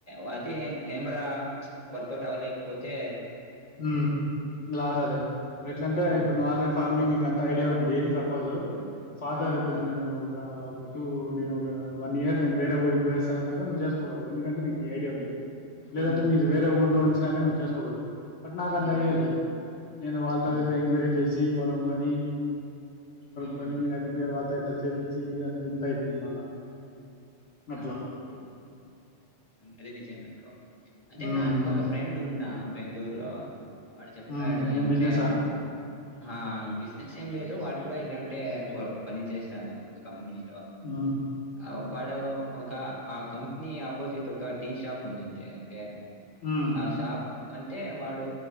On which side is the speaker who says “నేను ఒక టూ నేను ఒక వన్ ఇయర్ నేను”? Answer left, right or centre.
Left